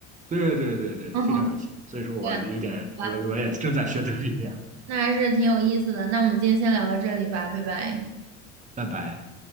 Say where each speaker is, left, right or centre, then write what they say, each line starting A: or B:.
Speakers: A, on the right (about 20°); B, on the right (about 55°).
A: 对对对对，
B: <laughs>
A: 非常有气势。所以说我有点，
B: 对，好吧，
A: 我我也正在学德语这样。
B: 那还是挺有意思的。那我们今天先聊到这里吧，拜拜。
A: 拜拜。